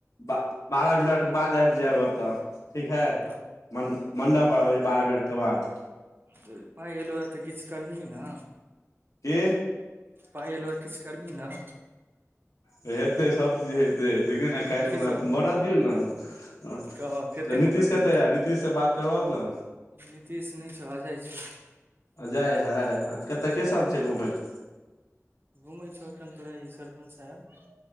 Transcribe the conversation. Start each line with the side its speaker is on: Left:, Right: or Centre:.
Left: ब बारह मिनटके बाद आबि जायब ओतऽ ठीक हइ
Right: कतऽ
Left: मण्ड मणडप पर अबैत छै बारह मिनटके बाद
Right: तऽ पाय एलौये तऽ किछु करबीही ने
Left: एह
Right: पाइ एलौए किछु करबिही ने
Left: तऽ हेतै सभचीज हेतै देखही ने काल्हि
Right: की
Left: खना
Right: सब
Left: बढ़ दियौ ने
Right: कह कते
Left: नितीश
Right: बनऽ दियै
Left: कतऽ ये नीत तीश से बात करबाउ ने
Right: नीतीश नय छौ अजय छौ
Left: अजय हय कतय केसब छै घूमैत
Right: घुमै छौ एखन तोरा ई सरपञ्च साहेब